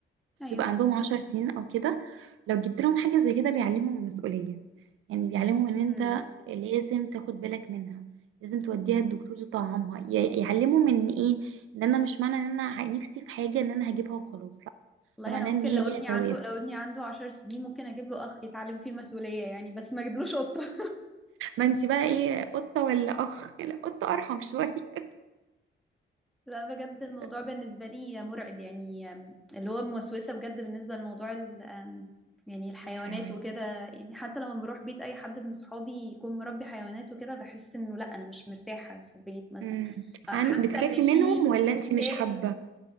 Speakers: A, in the centre; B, on the right.
A: ايوه
B: بيبقى عندهم عشر سنين او كده لو جبت لهم حاجة زي كده بيعلمهم المسؤولية يعني بيعلمهم ان انت
A: امم
B: لازم تاخد بالك منها لازم توديها الدكتور تطعمها ي- يعلمهم ان ايه ان انا مش معنى ان انا ه- نفسي في حاجة ان انا هجيبها وخلاص لا
A: والله
B: ده معناه
A: انا ممكن
B: ان هي
A: لو
B: ليها
A: ابني
B: توابع
A: عنده لو ابني عنده عشر سنين ممكن اجيب له اخ يتعلم فيه المسؤولية يعني بس ما اجيبلوش قطة
B: ما انت بقى ايه قطة ولا اخ <laughs> لا قطة ارحم شوية <laughs>
A: لا بجد
B: بس
A: الموضوع بالنسبة لي مرعب يعني أم، اللي هو موسوسة بجد بالنسبة لموضوع ال- أم، يعني الحيوانات
B: الحيوانات
A: وكده يعني حتى لما بروح بيت أي حد من صحابي يكون مربي حيوانات وكده بحس إنه لا أنا مش مرتاحة في البيت مثلا
B: امم
A: أ- حاسة
B: عن- بتخافي
A: إن في
B: منهم ولا انت
A: في
B: مش
A: كائن
B: حابة